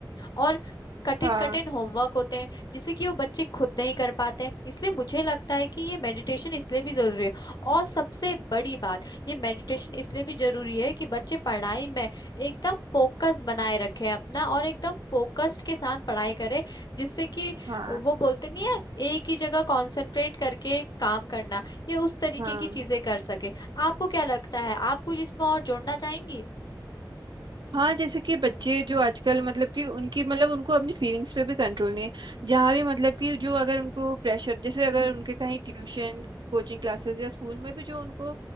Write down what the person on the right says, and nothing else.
हाँ
हाँ
हाँ
हाँ जैसे कि बच्चे जो आजकल मतलब कि उनकी मतलब उनको अपनी फीलिंग्स पे भी कंट्रोल नहीं है जहाँ भी मतलब कि जो अगर उनको प्रेशर जैसे अगर उनके कहीं ट्यूशन कोचिंग क्लासेस या स्कूल में भी जो उनको